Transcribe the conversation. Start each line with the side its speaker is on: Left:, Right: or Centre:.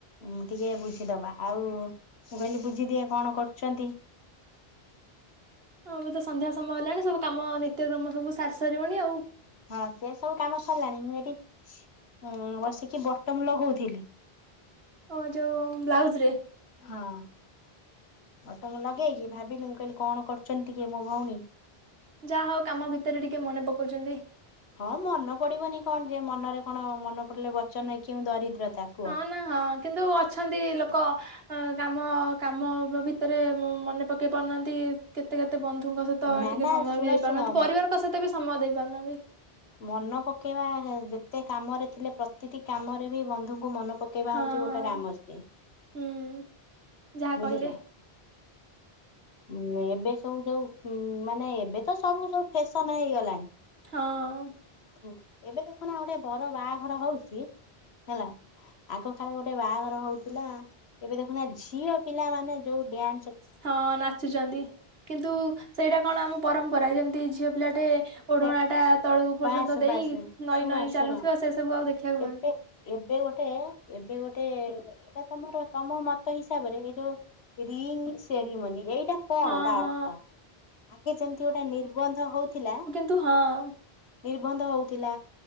Left: ଉଁ ଟିକେ ବୁଝିଦବା ଆଉ ମୁଁ କହିଲି ବୁଝିଦିଏ କଣ କରୁଛନ୍ତି।
Right: ହଁ ତ ସନ୍ଧ୍ୟା ସମୟ ହେଲାଣି ସବୁ କାମ ନିତ୍ୟକ୍ରମ ସବୁ ସାରି ସାରିବଣି ଆଉ।
Left: ହଁ ସେ ସବୁ କାମ ସରିଲାଣି ମୁଁ ଏଠି ଉଁ ବସିକି ବଟମ ଲଗଉଥିଲି।
Right: ଓ ଯୋଉ ବ୍ଲାଉଜ ରେ।
Left: ହଁ। ବଟମ ଲଗେଇକି ଭାବିଲି ମୁଁ କହିଲି କଣ କରୁଛନ୍ତି କିଏ ମୋ ଭଉଣୀ।
Right: ଯାହା ହୋଉ କାମ ଭିତରେ ଟିକେ ମନେ ପକାଉଛନ୍ତି।
Left: ହଁ ମନେ ପଡିବନି କଣ ଯେ ମନରେ କଣ ମନ ପଡିଲେ ବଚନ କି ଦରିଦ୍ରତା କୁହ।
Right: ହଁ ନା ହଁ କିନ୍ତୁ ଅଛନ୍ତି ଲୋକ। ଅ କାମ କାମ ଭିତରେ ମନେ ପକେଇ ପାରୁନାହାନ୍ତି କେତେ କେତେ ବନ୍ଧୁଙ୍କ ସହିତ ତ
Left: ନା
Right: ଟିକେ
Left: ନା
Right: ସମୟ
Left: ଶୁଣ
Right: ବି ଦେଇ
Left: ଶୁଣ
Right: ପାରୁନାହାନ୍ତି ପରିବାରଙ୍କ ସହିତ ବି ସମୟ ଦେଇ ପାରୁନାହାନ୍ତି।
Left: ମନେ ପକେଇବା ଯେତେ କାମରେ ଥିଲେ ପ୍ରତିଟି କାମରେ ବି ବନ୍ଧୁଙ୍କୁ ମନେ ପକ କେବା
Right: ହଁ
Left: ହଉଛି ଗୋଟେ
Right: ହଁ
Left: ଗାମ ସଏ
Right: ହୁଁ ଯାହା
Left: ବୁଝିଲ।
Right: କହିଲେ
Left: ଉଁ ଏବେ ସବୁ ଯୋଉ ମାନେ ଏବେ ତ ସବୁ ସବୁ ଫ୍ୟାସନ ହେଇଗଲାଣି।
Right: ହଁ।
Left: ହୁଁ ଏବେ ଦେଖୁନା ଗୋଟେ ବର ବାହାଘର ହଉଛି ହେଲା। ଆଗକାଳେ ଗୋଟେ ବାହାଘର ହଉଥିଲା ଏବେ ଦେଖୁନା ଝିଅ ପିଲା ମାନେ ଯୋଉ ଡ୍ୟା
Right: ହଁ ନାଚୁଛନ୍ତି କିନ୍ତୁ ସେଇଟା କଣ ଆମ ପରମ୍ପରା ଯେମିତି ଝିଅ ପିଲାଟେ ଓଢ଼ୋଣା
Left: ସେ
Right: ଟା ତଳକୁ
Left: ବାସ୍
Right: ପର୍ଯ୍ୟନ୍ତ ଦେଇ
Left: ବାସ୍
Right: ନଇଁ
Left: ଶୁଣ
Right: ନଇଁ
Left: ଶୁଣ
Right: ଚାଲୁଥିବା ସେସବୁ ଆଉ ଦେଖିବାକୁ
Left: ଏବେ
Right: ମିଳୁନି।
Left: ଏବେ ଗୋଟେ -ଏବେ ଗୋଟେ ଏଇଟା ତମର ତମ ମତ ହିସାବରେ ଏଇ ଯୋଉ ରିଙ୍ଗ୍ ସେରିମନି ଏଇଟା କଣ
Right: ହଁ
Left: ତା
Right: ହଁ
Left: ଅର୍ଥ ଆଗେ ଯେମିତି ଗୋଟେ ନିର୍ବନ୍ଧ ହଉଥିଲା
Right: ତୁ ହଁ।
Left: ନିର୍ବନ୍ଧ ହୋଉଥିଲା